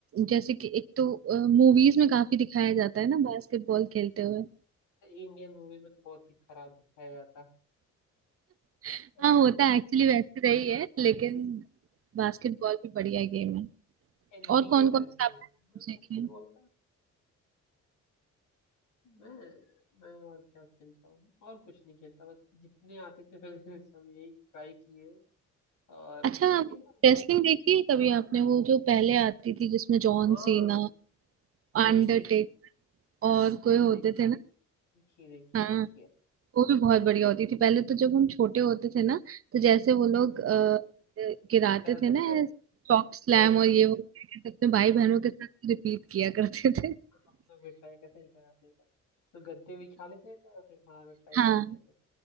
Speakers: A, on the right; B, on the left.
A: जैसे कि एक तो मूवीज में काफी दिखाया जाता है ना बास्केटबॉल खेलते हुए
B: इंडियन मूवीज में तो बहुत ही खराब दिखाया जाता है
A: <laughs>
B: बट
A: हाँ होता है एक्चुअली वैसे रही है लेकिन बास्केटबॉल भी बढ़िया गेम है
B: एनबीए
A: और कौन कौन
B: करके
A: से आपने
B: होता है ना
A: देखे
B: बास्केटबॉल
A: हैं?
B: का मैं मैं और क्या खेलता हूँ और कुछ नहीं खेलता बस जितने आते थे मैंने <laughs> सब यही ट्राई किए और
A: अच्छा
B: खेला
A: रेसलिंग देखी है कभी आपने वो जो पहले आती थी जिसमें जॉन
B: हाँ
A: सीना
B: वो
A: अंडरटेक
B: भी देखिए
A: और
B: वो
A: कोई
B: भी
A: होते
B: देखिए
A: थे ना
B: देखिए देखिए देखिए
A: हाँ
B: देखिए
A: वो भी बहुत बढ़िया होती थी पहले तो जब हम छोटे होते थे ना तो जैसे वो लोग
B: हाँ हाँ,
A: अ, गिराते
B: करते
A: थे ना
B: तो वै-
A: चॉक स्लैम
B: हाँ हाँ
A: और ये वो करके अपने
B: हाँ
A: भाई बहनों के साथ रिपीट किया करते थे <laughs>
B: हम लोग भी ट्राई करते ही करा देगा तो गद्दे बिछा लेते थे और फिर खाना में ट्राई
A: हाँ
B: करते थे